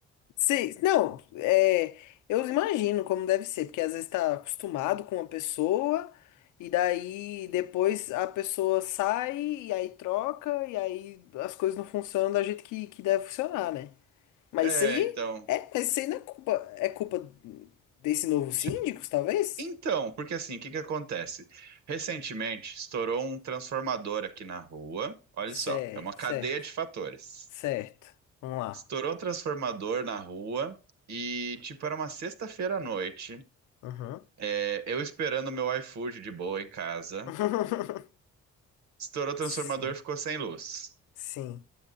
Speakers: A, on the left; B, on the right.
A: Sim, não, é, eu imagino como deve ser, porque às vezes tá acostumado com uma pessoa, e daí depois a pessoa sai, e aí troca, e aí as coisas não funcionam da jeito que, que deve funcionar, né? Mas
B: É,
A: isso aí
B: então.
A: é, mas isso aí não é culpa, é culpa desse novo síndicos,
B: tipo,
A: talvez?
B: Então, porque assim, o que que acontece? Recentemente estourou um transformador aqui na rua. Olha
A: Certo,
B: só, é uma cadeia
A: certo,
B: de fatores.
A: certo. Vamos lá.
B: Estourou um transformador na rua e, tipo, era uma sexta-feira à noite.
A: Uhum.
B: é, eu esperando meu iFood de boa em casa.
A: <laughs>
B: Estourou o transformador,
A: Sim,
B: ficou sem luz.
A: sim.